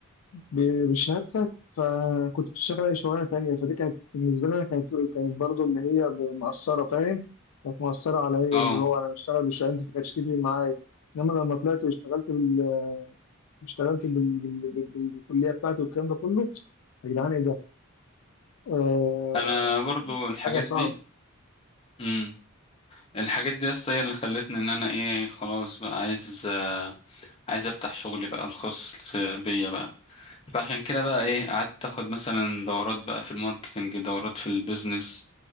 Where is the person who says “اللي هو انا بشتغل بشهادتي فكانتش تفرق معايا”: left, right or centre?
Left